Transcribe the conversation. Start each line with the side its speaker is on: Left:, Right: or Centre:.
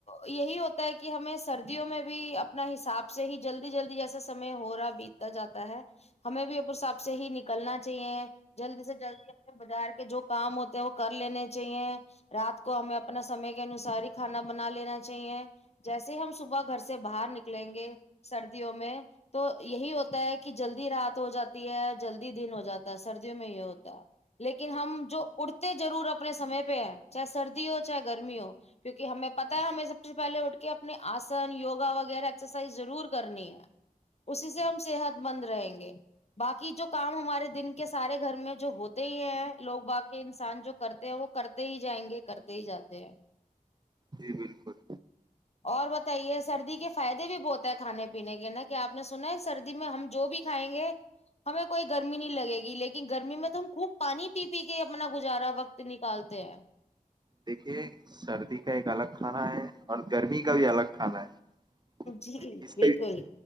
Left: یہی ہوتا ہوتا ہے کہ ہمیں سردیوں میں بھی اپنا حساب سے ہی جلدی جلدی جیسا سم ہو رہا بیتتا جاتا ہے ہمیں بھی اپ حساب سے ہی نکلنا چ اہ جلدی سے جلدی آ بازار کے جو کام ہوتے ہیں وہ کر لینے چاہیے رات کو ہمیں اپنا سمے کے انوسار ہی کھانا بنا لینا چاہیے جیسے ہم صبح گھر سے باہر نکلیں گے سردیوں میں تو یہی ہوتا ہے کہ جلدی رات ہو جاتی ہے جلدی دن ہو جاتا ہے سردیوں میں یہ ہوتا ہے لیکن ہم جو اڑتے ضرور اپنے سمے پہ ہے چاہے سردی ہو چاہے گرمی ہو کیونکہ ہمیں پت ہے ہمیں سب سے پہلے اٹھ کے اپنے آسن یوگا وغیرہ ایکسرسائز ضرور کرنی ہے اسی سے ہم صحت مند رہیں گے باقی جو کام ہمارے دن کے سارے گھر میں جو ہوتے ہی ہیں لوگ باقی انسان جو کرتے ہیں وہ کرتے ہی جائیں گے کرتے ہی جاتے ہیں
Right: جی بالکل
Left: اور بتائیے سردی کے فائدے بھی بہت ہے کھانے پینے کے نا کہ آپ نے سنا ہے سردی میں ہم جو بھی کھائیں گے ہمیں کوئی گرمی نہیں لگے گی لیکن گرمی میں تو ہم خوب پانی پی پی کے اپنا گزارا وقت نکالتے ہیں
Right: دیکھیے سردی کا ایک الگ کھانا ہے اور گرمی کا بھی الگ کھانا ہے
Left: جی
Right: اس
Left: بالکل